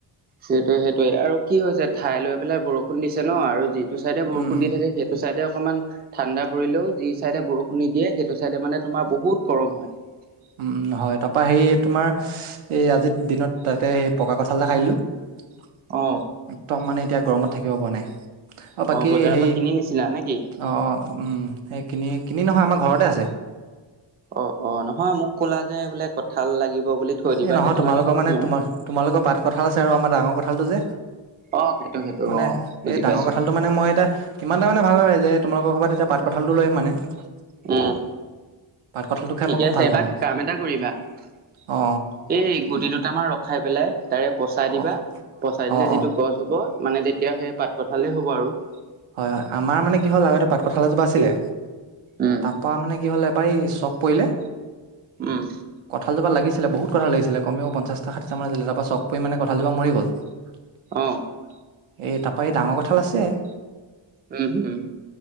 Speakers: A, on the right (about 25°); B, on the right (about 80°).
A: সেইটোয়ে সেইটোয়ে আৰু কি হৈছে ঠাই লৈ পেলাই বৰষুণ দিছে ন আৰু যি সেটো চাইডে বৰষুণ
B: উম, উম,
A: দি থাকে সেইটো চাইডে অকণমান ঠাণ্ডা পৰিলেও যি চাইডে বৰষুণ নিদিয়ে <unintelligible> সেইটো চাইডে মানে তোমাৰ বহুত গৰম হয় <unintelligible>
B: উম হয় তাৰপা সেই তোমাৰ এই আজিৰ দিনত তাতে সেই পকা কঠাল এটা খাইদিলো <unintelligible>
A: অ
B: একদম মানে এতিয়া গৰমত থাকিব পৰা নাই অ বাকী
A: বজাৰৰ
B: হেই
A: পৰা কিনি নিছিলা নে কি?
B: অ অ উম সেইখিনি কিনি নহয় আমাৰ ঘৰতে আছে
A: অ অ নহয় মোক ক'লা যে বোলে কঁঠাল লাগিব বুলি থৈ দিবা
B: এ নহয়
A: সেইটো
B: তোমালোকৰ
A: কাৰণে সুধিছো
B: মানে তোমাৰ তোমালোকৰ পাত কঠাল আছে আৰু আমাৰ ডাঙৰ কঠালটো যে
A: অ সেইটো সেইটো
B: মানে
A: অ বুজি
B: এই ডাঙৰ
A: পাইছো
B: কথালটো মানে মই এতিয়া ইমান টা মানে ভাল নে যে তোমালোকৰ কবাত <unintelligible> পাত কঠালটো লৈ আহিব মানে <unintelligible>
A: উম
B: পাত কঁঠালটো খাই
A: ঠিকে
B: মই খুব
A: আছে
B: ভাল
A: এইবাৰ
B: পাওঁ মানে
A: কাম এটা কৰিবা <unintelligible>
B: অ
A: এই গুটি দুটূ আামাৰ ৰখাই পেলাই <inaudible> <unintelligible> তাৰে পচাই দিবা
B: অ
A: পচাই দিলে
B: অ অ অ
A: যিটো গছ হ'ব মানে তেতিয়া সেই পাত কঠালেই হ'ব আৰু <unintelligible>
B: <unintelligible> হয়-হয় আমাৰ মানে কি হয় আগতে পাত কঠাল এজোপা আছিলে
A: উম
B: তাৰ পৰা মানে <unintelligible> <unintelligible> কি হল এবাৰ চক পৰিলে
A: উম
B: কঠাল জোপাত লাগিছিলে বহুত কথা লাগিছিলে <unintelligible> <unintelligible> কমেও পঞ্চাটা ষাঠিটামান দিলে তাৰপা চখ পৰি মানে কঠাল জোপা মৰি গ'ল <unintelligible>
A: আহ <unintelligible>
B: <unintelligible> এ তাৰপৰা এই ডাঙৰ কঠাল আছে <unintelligible>
A: উম হম <unintelligible>